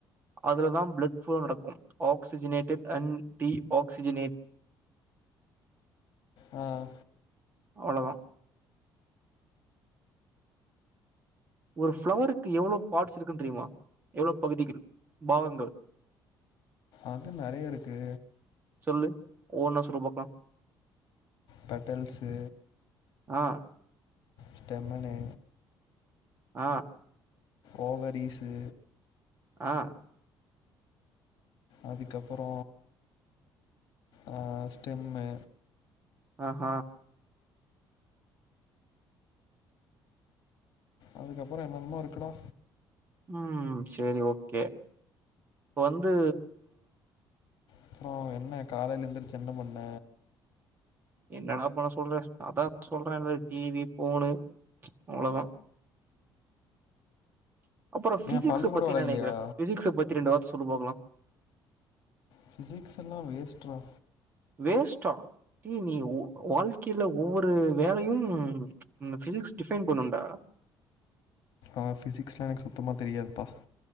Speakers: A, on the right; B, on the left.
A: அதுலதான் பிளட் ப்ளோ நடக்கும் ஆக்சிஜினேட்டட் அண்ட் டி ஆக்சிஜினேட்
B: ம்
A: அவ்ளோதான் ஒரு ஃபிளவருக்கு எவ்ளோ பார்ட்ஸ் இருக்குன்னு தெரியுமா எவ்ளோ பகுதிகள் பாகங்கள்
B: அது நறையா இருக்கு
A: சொல்லு ஒவ்வொன்னா சொல்லு பாக்கலா
B: பெட்டல்ஸு
A: ஆ
B: ஸ்டெமினே
A: ஆ
B: ஓவரீஸு
A: ஆ
B: அதுக்கப்புற ஆ ஸ்டெம்மு
A: ஆஹ
B: அதுக்கப்புற என்னென்னமோ இருக்குடா
A: ம் செரி ஓகே இப்ப வந்து
B: அப்புறம் என்ன காலையில எந்திருச்சி என்ன பண்ண
A: என்னடா பண்ண சொல்ற அதான் சொல்றல்ல டிவி ஃபோனு அவ்ளோதா <inaudible> அப்புறோ
B: ஏ
A: பிசிக்ஸ
B: பல்லு கூட
A: பத்தி
B: வெளக்கலையா
A: என்ன நெனக்கிற பிசிக்ஸ பத்தி ரண்டு வார்த்த சொல்லு பாக்கலாம்
B: ஃபிசிக்ஸ் லா வேஸ்ட்ரா
A: வேஸ்டா நீ ஓ வாழ்க்கையல ஒவ்வொரு வேலையு ஃபிசிக்ஸ் டிஃபைன் பண்ணும்டா
B: ஆ ஃபிசிக்ஸ் லா எனக்கு சுத்தமா தெரியாதுப்பா